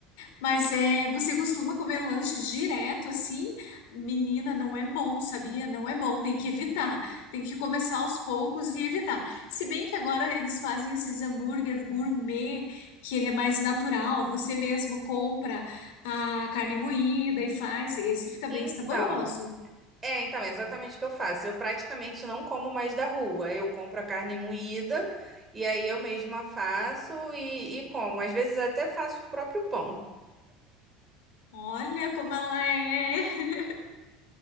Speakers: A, on the left (about 80°); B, on the right (about 20°).
A: mas é, você costuma comer lanche direto assim? Menina, não é bom, sabia? Não é bom, tem que evitar. Tem que começar aos poucos e evitar. Se bem que agora eles fazem esses hambúrguer gourmet, que ele é mais natural, você mesmo compra a carne moída e faz, esse fica bem
B: Então,
A: saboroso.
B: é, então, é exatamente o que eu faço. Eu praticamente não como mais da rua. Eu compro a carne moída e aí eu mesma faço e, e como. Às vezes até faço o próprio pão.
A: Olha como ela é! <laughs>